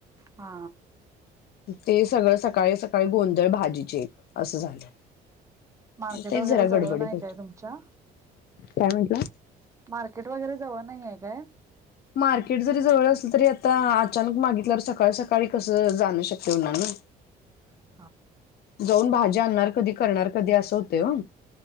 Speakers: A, on the right; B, on the left.
A: हा
B: ते सगळं सकाळी सकाळी गोंधळ भाजीचे एक असं झालं
A: मार्केट
B: तेच
A: वगैरे
B: जरा गडबडीत
A: जवळ नाही
B: होत.
A: काय तुमच्या
B: काय म्हटलं
A: मार्केट वगैरे जवळ नाहीये काय
B: मार्केट जरी जवळ असलं तरी आता अचानक मागितल्यावर सकाळ सकाळी कसं जाणं शक्य होणार ना
A: ह
B: जाऊन भाजी आणणार कधी करणार कधी असं होते हो